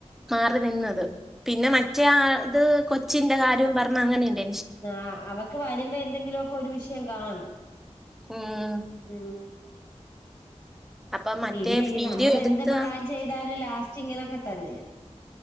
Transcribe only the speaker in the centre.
മാറി നിന്നത് പിന്നെ മറ്റേആത് കൊച്ചിന്റെ കാര്യവും പറഞ് അങ്ങനെയണ്ട്
ആഹ്
അപ്പൊ മറ്റേ
വീഡിയോ
എടുത്ത്